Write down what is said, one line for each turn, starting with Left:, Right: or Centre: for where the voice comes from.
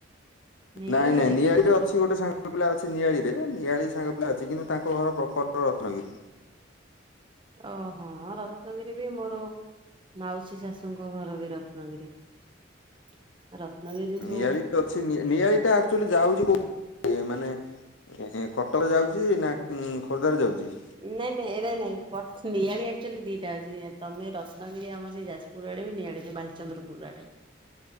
Right: ନିଆଳି
Left: ନାଇଁ
Right: ଆଡେ
Left: ନାଇଁ ନିଆଳିରେ
Right: କି?
Left: ଅଛି ଗୋଟେ ସାଙ୍ଗ ସାଙ୍ଗ ପିଲା ଅଛି ନିଆଳି ରେ ନିଆଳିରେ ସାଙ୍ଗ ପିଲା ଅଛି କିନ୍ତୁ ତାଙ୍କ ଘର ପ୍ରପର ରତ୍ନଗିରି।
Right: ଓହୋ ରତ୍ନଗିରି ବି ମୋର ମାଉସୀ ଶାଶୁଙ୍କ ଘର ବି ରତ୍ନଗିରି। <unintelligible> ରତ୍ନଗିରି ଯୋଉ
Left: ନିଆଳି ବି ଅଛି ନିଆଳି ଟା ଆକ୍ଚୁଆଲି ଯାଉଛି କୋଉ ମାନେ ଏ କଟକ ଯାଉଛି ନା ଖୋର୍ଦ୍ଧାରେ ଯାଉଛି?
Right: ନାଇଁ ନାଇଁ ଏରା ନାଇଁ କଟ ନିଆଳି ଆକ୍ଚୁଆଲି ଦିଟା ଅଛି ତମେ ରତ୍ନଗିରି ଆମ ସେ ଯାଜପୁରୁ ପୁର ଆଡ଼େ ବି ନିଆଡେ ଯେ ବାଲଚନ୍ଦ୍ରପୁରୁ ଆଡ଼େ